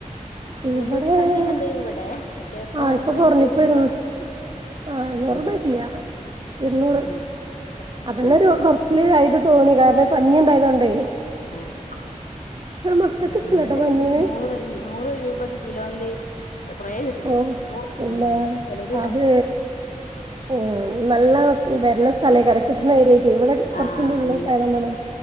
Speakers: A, on the left; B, on the right.
A: മുന്നൂറ്റി
B: ഇവടെ
A: സംതിങ് എന്തേനു ഇവിടെ
B: <inaudible>
A: പക്ഷെ
B: ആ ഇപ്പൊ
A: റേറ്റ്
B: കുറഞ്ഞ്പ്പേര്ന്നു
A: നൂറായി
B: ആ നൂറ്
A: നൂറായി
B: പറ്റില്ല <inaudible> ഇരുന്നൂറ്
A: ഉം
B: അതന്നെ
A: ആഹ് ഇരുന്നൂറാ
B: ഒരു കൊറച്ചിലായിട്ട് തോന്നി കാരണം പഞ്ഞിണ്ടായതോണ്ടേ
A: ആ <inaudible>
B: മക്കൾക്ക്
A: ആ
B: ഇഷ്ടല്ലട്ടോ
A: നല്ലരസണ്ട്
B: പഞ്ഞീന്
A: നൂറ് ഞ് നൂറ് രൂപക്ക് കിലോല്ല് കൊറേ കിട്ട് ണ്ട്
B: ഓഹ്
A: എത്രോ
B: പിന്നെ
A: ചിലത്
B: അത് ഉം നല്ല വരുന്ന സ്ഥലേക്കാരം കിട്ടുന്ന ഏര്യ ഇവിടെ കൊറച്ച്
A: ആഹ്
B: ഉള്ളിലോട്ടായതു
A: നല്ല
B: കൊണ്ട്